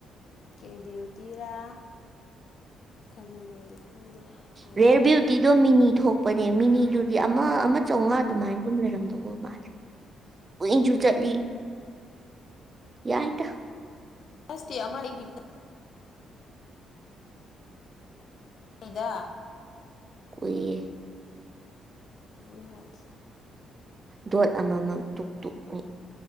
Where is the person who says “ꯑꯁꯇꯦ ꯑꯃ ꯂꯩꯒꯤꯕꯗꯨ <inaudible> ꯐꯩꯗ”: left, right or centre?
Left